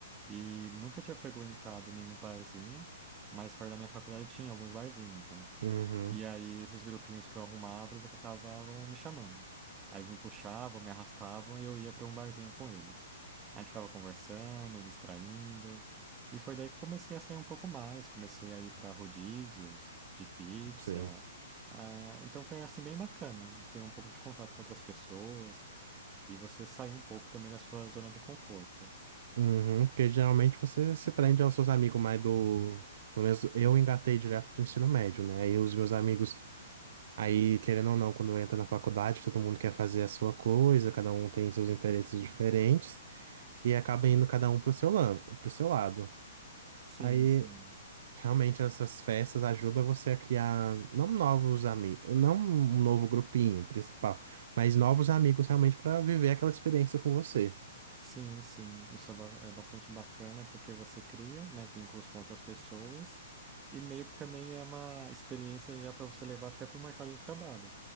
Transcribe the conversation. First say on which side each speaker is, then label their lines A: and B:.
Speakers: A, on the right (about 20°); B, on the right (about 50°).
A: E nunca tinha frequentado nenhum barzinho. Mas perto da minha faculdade tinha alguns barzinhos, né?
B: Uhum,
A: E aí, esses grupinhos que eu arrumava, eles acabavam me chamando. Aí eles me puxavam, me arrastavam e eu ia para um barzinho com eles. A gente ficava conversando, distraindo. E foi daí que eu comecei a sair um pouco mais. Comecei a ir para rodízios de pizza.
B: sim.
A: Ah, então foi assim bem bacana de ter um pouco de contato com outras pessoas e você sair um pouco também da sua zona de conforto.
B: Uhum, porque geralmente você se prende aos seus amigos mais do. Pelo menos eu engatei direto do ensino médio, né? Aí os meus amigos. Aí, querendo ou não, quando entra na faculdade, todo mundo quer fazer a sua coisa, cada um tem seus interesses diferentes, e acaba indo cada um pro seu, lan- pro seu lado.
A: Sim,
B: Aí
A: sim.
B: Realmente essas festas ajudam você a criar não novos amigos, não um novo grupinho principal, mas novos amigos realmente para viver aquela experiência com você.
A: Sim, sim, isso é, ba- é bastante bacana porque você cria, né, vínculos com outras pessoas e meio que também é uma experiência já para você levar até para o mercado de trabalho,